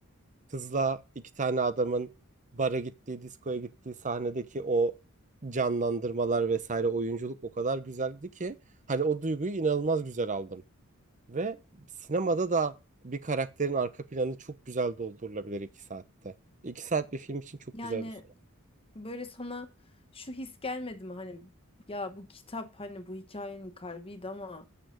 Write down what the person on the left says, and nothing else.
Yani
böyle sana şu his gelmedi mi? Hani ya bu kitap hani bu hikayenin kalbiydi ama